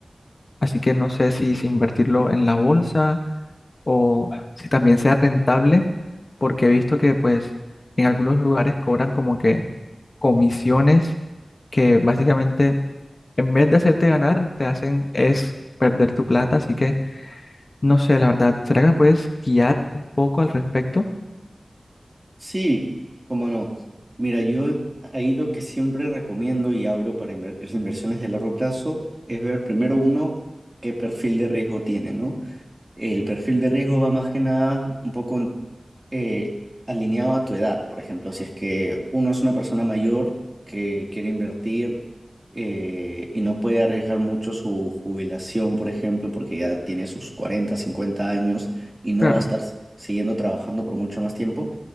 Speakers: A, on the left; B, on the right.
A: así que no sé si, si invertirlo en la bolsa o si también sea rentable, porque he visto que pues en algunos lugares cobran como que comisiones que básicamente en vez de hacerte ganar, te hacen es perder tu plata, así que no sé, la verdad, ¿será que me puedes guiar un poco al respecto?
B: Sí, cómo no. Mira, yo ahí lo que siempre recomiendo y hablo para inver- las inversiones de largo plazo es ver primero uno qué perfil de riesgo tiene, ¿no? El perfil de riesgo va más que nada un poco eh, alineado a tu edad. Por ejemplo, si es que uno es una persona mayor que quiere invertir eh, y no puede arriesgar mucho su jubilación, por ejemplo, porque ya tiene sus 40, 50 años y no
A: Claro,
B: va a estar siguiendo trabajando por mucho más tiempo,